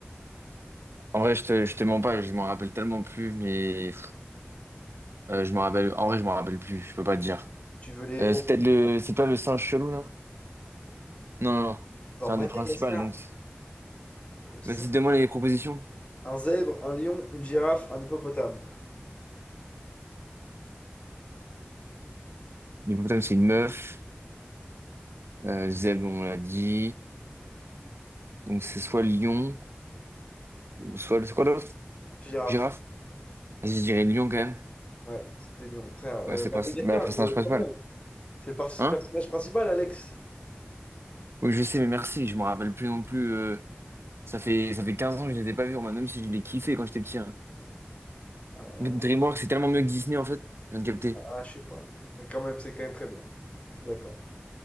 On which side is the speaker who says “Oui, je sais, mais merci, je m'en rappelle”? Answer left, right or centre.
Right